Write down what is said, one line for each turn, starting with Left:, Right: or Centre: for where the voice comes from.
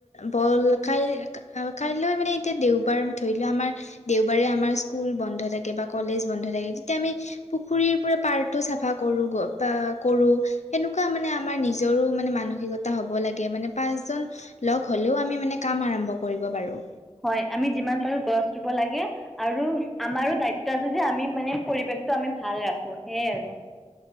Left: বল। ক মান এতিয়া দেওবাৰ ধৰিোৱা আমাৰ দেওবাৰে আমাৰ স্কুল বন্ধ থাকে বা কলেজ বন্ধ থাকে তেতিয়া আমি পুখুৰীৰ পৰাৰে পাৰ্টো চাফা কৰোঁ বা কৰো সেনেকুৱা মানে আমাৰ নিজৰো মানে মানসিকতা হব লাগে মানে পাঁচজন লগ হ'লেও আমি মানে কাম আৰম্ভ কৰিব পাৰোঁ
Centre: হয় আমি যিমান পাৰো গছ ৰুব লাগে আৰু আমাৰো দায়িত্ব আছে যে আমি মানে পৰিবেশ টো আমি ভাল ৰাখো সেইয়া আৰু